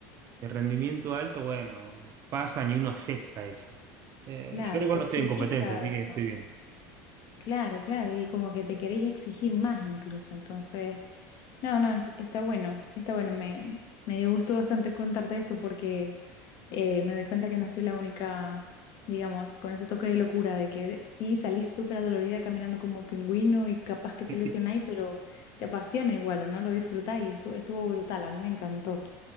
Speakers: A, on the right; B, on the left.
A: de rendimiento alto, bueno, pasan y uno acepta eso. Eh,
B: Claro,
A: yo igual
B: y te
A: no
B: exigís
A: estoy en competencia,
B: cada
A: así
B: vez
A: que estoy
B: más.
A: bien.
B: Claro, claro, y como que te queréis exigir más incluso. Entonces, no, no, est- está bueno, está bueno. Me, me dio gusto bastante contarte esto porque eh, me doy cuenta que no soy la única, digamos, con ese toque de locura de que sí salís súper adolorida caminando como pingüino y capaz que te
A: <laughs>
B: lesionáis, pero te apasiona igual, ¿o no? Lo disfrutáis. Estuvo, estuvo brutal, a mí me encantó.